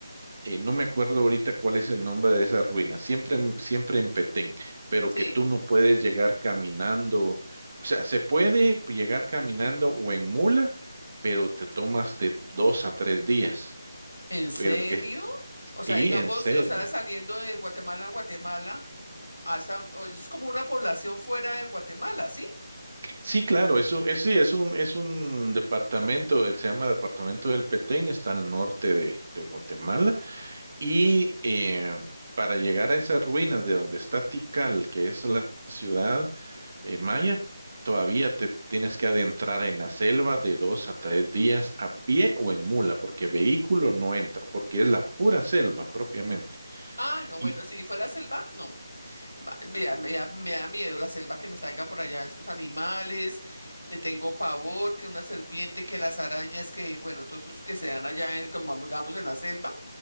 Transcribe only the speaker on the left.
Sí.
¿En serio?
O sea,
digamos,
o sea, saliendo de Guatemala a Guatemala. a esa, o- es como una población fuera de Guatemala, ¿sí?
Ah, no, bueno,
si fuera selva, no. Ma- Me da, me da- me da miedo la selva que me salga por allá, esos animales, le tengo pavor, que una serpiente, que las arañas, que bueno, todos esos que se dan allá en, como digamos, en la selva.